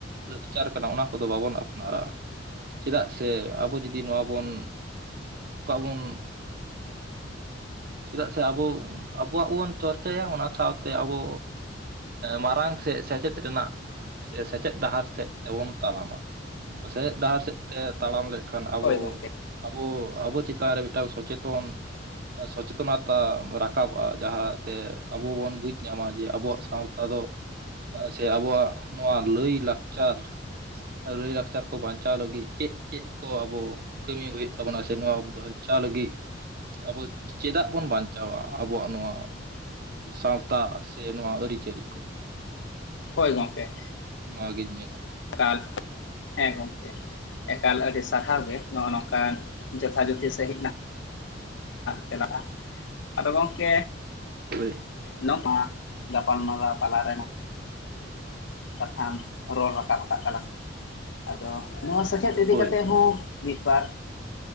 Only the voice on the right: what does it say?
ᱞᱮᱠᱪᱟᱨ ᱠᱟᱱᱟ, ᱚᱱᱟ ᱠᱚᱫᱚ ᱵᱟᱵᱚᱱ ᱟᱯᱚᱱᱟᱨᱟ ᱪᱮᱫᱟᱜ ᱥᱮ ᱟᱵᱚ ᱡᱩᱫᱤ ᱱᱚᱣᱟ ᱵᱚᱱ ᱚᱠᱟᱵᱩᱱ ᱪᱮᱫᱟᱜ ᱥᱮ ᱟᱵᱚ ᱟᱵᱚᱣᱟᱜ ᱵᱚᱱ ᱪᱚᱨᱪᱟᱭᱟ᱿ ᱚᱱᱟ ᱥᱟᱶᱛᱮ ᱟᱵᱚ ᱢᱟᱨᱟᱝ ᱥᱮ ᱥᱮᱪᱮᱫ ᱨᱮᱱᱟᱜ ᱥᱮ ᱥᱮᱪᱮᱫ ᱰᱟᱦᱟᱨ ᱥᱮᱫ ᱛᱮᱵᱚᱱ ᱛᱟᱲᱟᱢᱟ᱾ ᱯᱟᱥᱮᱡ ᱰᱟᱦᱟᱨ ᱥᱮᱫ ᱛᱮ ᱛᱟᱲᱟᱢ ᱞᱮ ᱮᱠᱷᱟᱱ ᱟᱵᱚ
ᱟᱵᱚ ᱟᱵᱚ ᱪᱮᱛᱟᱱ ᱨᱮ ᱢᱤᱫᱴᱟᱝ ᱥᱚᱪᱮᱛᱚᱱ ᱥᱚᱪᱮᱛᱚᱱᱚᱛᱟ ᱨᱟᱠᱟᱵᱼᱟ, ᱡᱟᱦᱟᱸᱛᱮ ᱟᱵᱚ ᱵᱚᱱ ᱵᱩᱡᱽ ᱧᱟᱢᱟ ᱡᱮ ᱟᱵᱚᱣᱟᱜ ᱥᱟᱶᱛᱟ ᱫᱚ ᱥᱮ ᱟᱵᱚᱣᱟᱜ ᱱᱚᱣᱟ ᱞᱟᱹᱭ- ᱞᱟᱠᱪᱟᱨ ᱞᱟᱹᱭ ᱞᱟᱠᱪᱟᱨ ᱠᱚ ᱵᱟᱧᱪᱟᱣ ᱞᱟᱹᱜᱤᱫ ᱪᱮᱫ ᱪᱮᱫ ᱠᱚ ᱟᱵᱚ ᱠᱟᱹᱢᱤ ᱦᱩᱭᱩᱜ ᱛᱟᱵᱚᱱᱟ ᱥᱮ ᱱᱚᱣᱟ ᱵᱟᱧᱪᱟᱣ ᱞᱟᱹᱜᱤᱫ ᱟᱵᱚ ᱪᱮᱫᱟᱜ ᱵᱚᱱ ᱵᱟᱧᱪᱟᱣᱟ? ᱟᱵᱚᱣᱟᱜ ᱱᱚᱣᱟ ᱥᱟᱶᱛᱟ ᱥᱮ ᱱᱚᱣᱟ ᱟᱹᱨᱤ-ᱪᱟᱹᱞᱤ ᱠᱚ᱾
ᱱᱚᱣᱟ ᱜᱤᱧ ᱢᱮᱱᱟ᱾
ᱦᱳᱭ᱾
ᱦᱳᱭ